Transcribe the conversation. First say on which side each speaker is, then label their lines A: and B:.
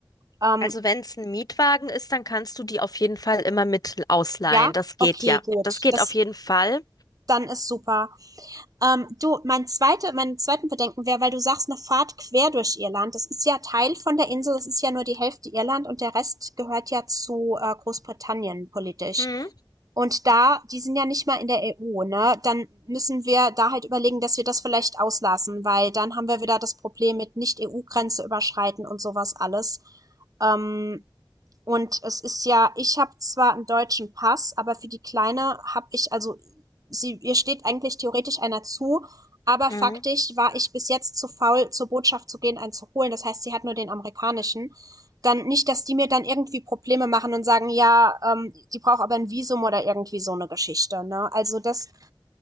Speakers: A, on the right (about 45°); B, on the left (about 50°).
A: Ähm,
B: Also wenn es ein Mietwagen ist, dann kannst du die auf jeden Fall immer mit ausleihen.
A: ja,
B: Das geht
A: okay,
B: ja.
A: gut.
B: Das geht
A: Das
B: auf jeden Fall.
A: dann ist super. Ähm, du, mein zweite, mein zweiten Bedenken wäre, weil du sagst, eine Fahrt quer durch Irland. Das ist ja Teil von der Insel, es ist ja nur die Hälfte Irland und der Rest gehört ja zu äh, Großbritannien politisch.
B: Mhm.
A: Und da, die sind ja nicht mal in der EU, ne? Dann müssen wir da halt überlegen, dass wir das vielleicht auslassen, weil dann haben wir wieder das Problem mit Nicht-EU-Grenze überschreiten und sowas alles. Ähm, und es ist ja, ich habe zwar einen deutschen Pass, aber für die Kleine habe ich, also sie, ihr steht eigentlich theoretisch einer zu, aber
B: Mhm.
A: faktisch war ich bis jetzt zu faul, zur Botschaft zu gehen, einen zu holen. Das heißt, sie hat nur den amerikanischen. Dann nicht, dass die mir dann irgendwie Probleme machen und sagen, ja, ähm, die braucht aber ein Visum oder irgendwie so eine Geschichte. Ne? Also das